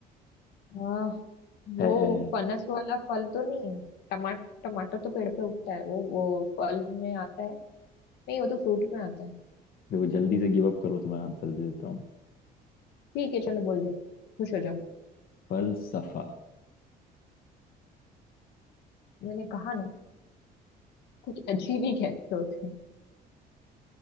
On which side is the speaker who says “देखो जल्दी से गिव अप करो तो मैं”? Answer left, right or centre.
Left